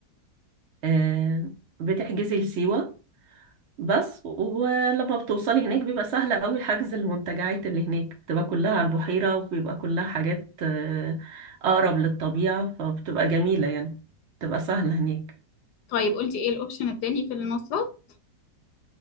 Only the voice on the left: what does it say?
طيب قلتي ايه الاوبشن التاني في المواصلات